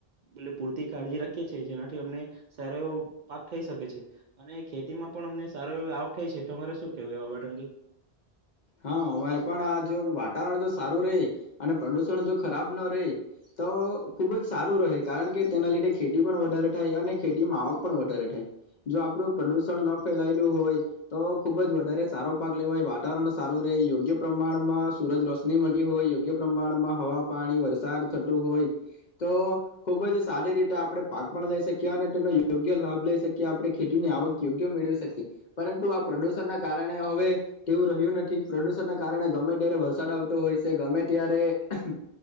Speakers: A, on the right (about 55°); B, on the left (about 55°).
A: એહ ઉહ પૂરતી કાળજી રાખીએ છે. જેનાથી અમને સારો એવો પાક થઈ શકે છે. અને ખેતીમાં પણ અમને સારો એવો આવક થાય છે. તમારે શું કેવું એ બાબટ અંગે.
B: હા, અમારે પણ આ જો વાતાવરણ જો સારું રેહ અને પ્રદુષણ જો ખરાબ ન રેહ તો ખુબ જ સારું રહે. કારણ કે, તેના લીધે ખેતી પણ વધારે થાય, અને ખેતીમાં આવક પણ વધારે થાય. જો આપણું પ્રદુષણ ન ફેલાયેલું હોય તો ખુબ જ વધારે સારો પાક લેવાય. વાતાવરણ સ સારું રેહ, યોગ્ય પ્રમાણમાં સૂરજ રોશની મળતી હોય, યોગ્ય પ્રમાણમાં હવા, પાણી, વરસાદ થતો હોય તો ખુબ જ સારી રીતે આપડે પાક પણ લઈ શકીએ. અને તેનો યોગ્ય લાભ લઈ શકીએ. આપણે ખેતીની આવક યોગ્ય મેળવી શકીએ. પરંતુ, આ પ્રદુષણ ના કારણે હવે તેવું રહ્યું નથ થી પ્રદુષણના કારણે ગમે ત્યારે વરસાદ આવતો હોય સે. ગમે ત્યારે અહક